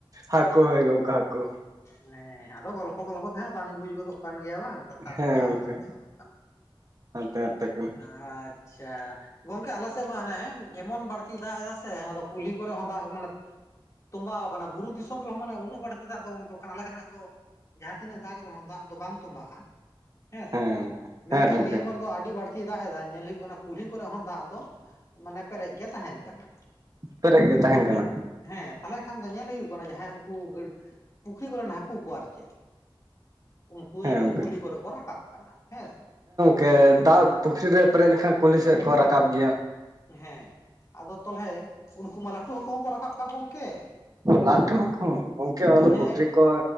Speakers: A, on the right; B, on the left.
A: ᱦᱟᱠᱳ
B: ᱚ
A: ᱦᱳᱭ ᱜᱚᱝᱠᱮ ᱦᱟᱠᱳ᱾
B: ᱦᱮᱸ ᱟᱫᱚ ᱜᱚᱞᱯᱷᱚ ᱜᱚᱞᱯᱷᱚ ᱛᱮ ᱦᱟᱸᱜ ᱵᱟᱝ ᱵᱩᱡ ᱜᱚᱫᱚᱜ ᱠᱟᱱ ᱜᱮᱭᱟ ᱵᱟᱝ ᱠᱟᱛᱷᱟ
A: ᱦᱮᱸ
B: ᱠᱚᱦᱚᱸ ᱦᱟᱱᱛᱮ
A: ᱜᱚᱝᱠᱮ
B: ᱱᱟᱛᱮ ᱜᱚᱫᱚᱜ ᱠᱟᱱᱟ,
A: ᱦᱟᱱᱛᱮ ᱱᱟᱛᱮ ᱠᱟᱱᱟ
B: ᱟᱪ ᱪᱷᱟ ᱜᱚᱝᱠᱮ ᱟᱞ ᱥᱮᱫ ᱢᱟ ᱦᱟᱱᱮ ᱮᱢᱚᱱ ᱵᱟᱲ ᱠᱤ ᱫᱟᱜ ᱮᱫᱟ ᱥᱮ ᱟᱫᱚ ᱠᱩᱞᱦᱤ ᱠᱚᱨᱮ ᱦᱚᱸ ᱫᱟᱜ ᱢᱟᱱᱮ ᱛᱚᱸᱵᱟᱣ ᱠᱟᱱᱟ ᱵᱩᱨᱩ ᱫᱤᱥᱚᱢ ᱨᱮᱦᱚᱸ ᱢᱟᱱᱮ ᱩᱱᱟᱹᱜ ᱵᱟᱹᱲᱛᱤ ᱫᱟᱜ ᱟᱫᱚ ᱜᱚᱢᱠᱮ ᱠᱷᱟᱱ ᱟᱞᱮ ᱥᱮᱱᱟᱜ ᱫᱚ ᱡᱟᱦᱟᱸ ᱛᱤᱱᱟᱹᱜ ᱫᱟᱜ ᱨᱮᱦᱚᱸ ᱫᱟᱜ ᱫᱚ ᱵᱟᱝ ᱛᱚᱸᱵᱟᱜᱼᱟ᱾ ᱦᱮᱸᱥᱮ
A: ᱦᱮᱸ ᱜᱚᱝᱠᱮ
B: ᱢᱮᱱᱠᱷᱟᱱ
A: ᱦᱮᱸ ᱜᱚᱝᱠᱮ
B: ᱱᱤᱭᱟᱹᱵᱟᱨ ᱫᱚ ᱟᱹᱰᱤ ᱵᱟᱹᱲᱛᱤᱭ ᱫᱟᱜ ᱮᱫᱟ ᱧᱮᱞ ᱦᱩᱭᱩᱜ ᱠᱟᱱᱟ᱾ ᱠᱩᱞᱦᱤ ᱠᱚᱨᱮ ᱦᱚᱸ ᱫᱟᱜ ᱫᱚ ᱢᱟᱱᱮ ᱯᱮᱨᱮᱡ ᱜᱮ ᱛᱟᱦᱮᱱ ᱠᱟᱱᱟ᱾
A: ᱯᱮᱨᱮᱡ ᱜᱮ ᱛᱟᱦᱮᱸᱱ
B: ᱦᱮᱸ
A: ᱠᱟᱱᱟ?
B: ᱦᱮᱸ ᱛᱟᱦᱞᱮ ᱠᱷᱟᱱ ᱫᱚ ᱧᱮᱞ ᱦᱩᱭᱩᱜ ᱠᱟᱱᱟ ᱡᱟᱦᱟᱸᱭ ᱱᱩᱠᱩ ᱯᱩᱠᱷᱨᱤ ᱠᱚᱨᱮᱱ ᱦᱟᱹᱠᱩ ᱠᱚ ᱟᱨ ᱪᱮᱫ ᱩᱱᱠᱩ
A: ᱦᱮᱸ
B: ᱡᱷᱚᱛᱚ
A: ᱜᱚᱝᱠᱮ
B: ᱠᱩᱞᱦᱤ ᱠᱚᱨᱮ ᱠᱚ ᱨᱟᱠᱟᱵ ᱠᱟᱱᱟ ᱦᱮᱸᱥᱮ᱾
A: ᱠᱮ ᱫᱟᱜ ᱯᱩᱠᱷᱨᱤ ᱨᱮ ᱯᱮᱨᱮᱡ ᱞᱮᱠᱷᱟᱱ ᱠᱩᱞᱦᱤ ᱥᱮᱫ ᱠᱚ ᱨᱟᱠᱟᱵ ᱜᱮᱭᱟ᱾
B: ᱦᱮᱸ ᱟᱫᱚ ᱛᱚᱦᱞᱮ ᱩᱝᱠᱩ ᱢᱟ ᱞᱟᱹᱴᱩ ᱦᱟᱹᱠᱩ ᱦᱚᱸᱠᱚ ᱨᱟᱠᱟᱵ ᱠᱟᱱ ᱜᱚᱢᱠᱮ,
A: ᱞᱟᱹᱴᱷᱩ ᱦᱟᱹᱠᱳ ᱜᱚᱝᱠᱮ ᱚᱱᱟ
B: ᱦᱮᱸ
A: ᱯᱩᱠᱷᱨᱤ ᱠᱚ